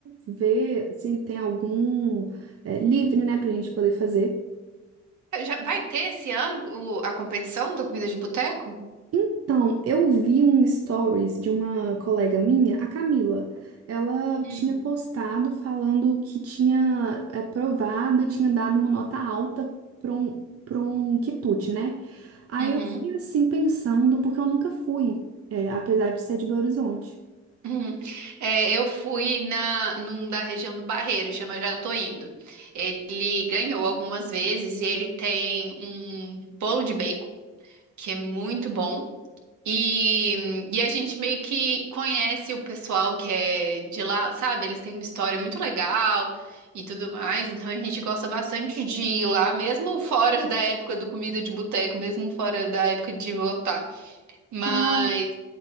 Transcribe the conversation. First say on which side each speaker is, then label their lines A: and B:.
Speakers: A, on the right (about 50°); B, on the right (about 70°).
A: ver se tem algum é, livre, né, pra gente poder fazer.
B: Já vai ter esse ano o- a competição do Comida de Boteco?
A: Então, eu vi um stories de uma colega minha, a Camila. Ela
B: Uhum.
A: tinha postado falando que tinha é, provado e tinha dado uma nota alta para um, para um quitute, né? Aí
B: Uhum.
A: eu fiquei assim pensando, porque eu nunca fui, é, apesar de ser de Belo Horizonte.
B: Uhum. É, eu fui na, num da região do Barreiro, chama Já Tô Indo. Ele ganhou algumas vezes e ele tem um bolo de bacon, que é muito bom. E, e a gente meio que conhece o pessoal que é de lá, sabe? Eles têm uma história muito legal e tudo mais. Então a gente gosta bastante de ir lá, mesmo fora da época do comida de boteco, mesmo fora da época de votar. Mas.
A: Ah,